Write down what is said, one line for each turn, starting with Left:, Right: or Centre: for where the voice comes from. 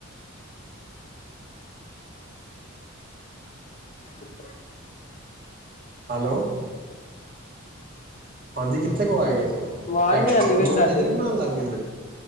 Left: <unintelligible>
Right: ਹੈਲੋ। ਹਾਂਜੀ, ਕਿੱਥੇ ਗੁਵਾਏ ਗਏ ਸੋ,
Left: ਆਵਾਜ਼
Right: ਰੁਹ-ਅਬਜਾ
Left: ਨੀ ਆਉਂਦੀ ਪਈ ਤੁਹਾਡੀ
Right: ਤੇ ਨੀ ਬਣਾਉਣ ਲੱਗ ਗਏ ਸੀ?